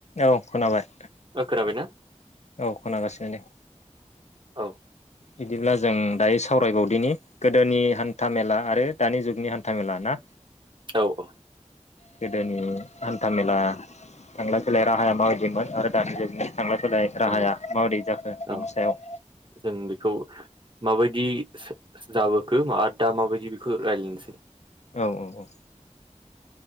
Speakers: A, on the left; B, on the right.
A: औ खोनाबाय।
B: ओ खोनाबायना
A: औ खोनागासिनो दे।
B: औ
A: बिदिब्ला जों दायो सावरायबावदिनि गोदोनि हान्था मेला आरो दानि जुगनि हान्था मेला ना?
B: औ औ
A: गोदोनि हान्था मेला थांलाय फैलाय राहाया माबायदिमोन आरो दानि जुगनि थांलाय फैलाय
B: औ
A: राहाया माबोरै जाखो
B: औ
A: बिनि सायाव?
B: जों बेखौ माबायदि जाबोखो आरो दा माबायदि बेखो रायलायनोसै।
A: औ औ औ